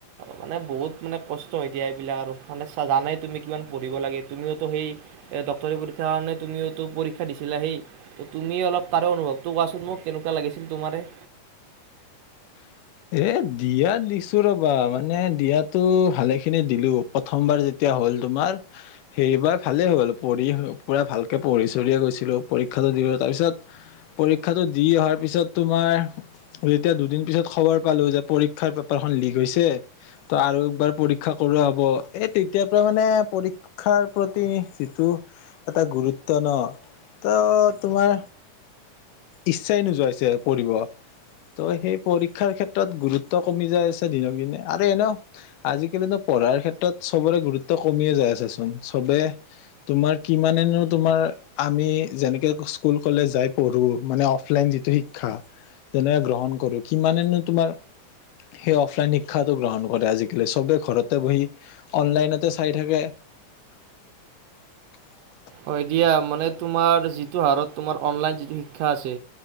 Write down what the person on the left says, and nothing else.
<unintelligible> এ' দিয়া তো দিছো ৰ'বা মানে দিয়াতো ভালে খিনি দিলো প্ৰথমবাৰ যেতিয়া- পৰীক্ষা হল তোমাৰ সেইবাৰ ভালেই হল পঢ়ি পোৰা ভালকে পঢ়ি চলিয়ে গৈছিলো। পৰীক্ষা তাৰ পিছত পৰীক্ষাটো দি অহাৰ পিছত তোমাৰ যেতিয়া দুদিন পিছত খবৰ পালো যে পৰীক্ষাৰ পেপাৰখন লিক হৈছে ত' আৰু একবাৰ পৰীক্ষা কৰোৱা হব। এই তেতিয়াৰ পৰা মানে পৰীক্ষাৰ প্ৰতি যিটো এটা গুৰুত্ব ন ত' তোমাৰ ইচ্ছায় নোযোৱাই হৈছে পঢ়িব। তো সেই পৰীক্ষাৰ ক্ষেত্ৰত গুৰুত্ব কমি যাই আছে দিনক দিনে আৰু এনে আজিকালিনো পঢ়াৰ ক্ষেত্ৰত চবৰে গুৰুত্ব কমিয়ে যায় আছে চোন চবে তোমাৰ কিমানেনো তোমাৰ আমি যেনেকে স্কুল কলেজ যাই পঢ়ো মানে অফলাইন যিটো শিক্ষা যেনেকে গ্ৰহণ কৰো কিমানেনো তোমাৰ সেই অফলাইন শিক্ষাটো গ্ৰহণ কৰে আজিকালি চবে ঘৰতে বহি অনলাইনতে চাই থাকে। <inaudible> <unintelligible>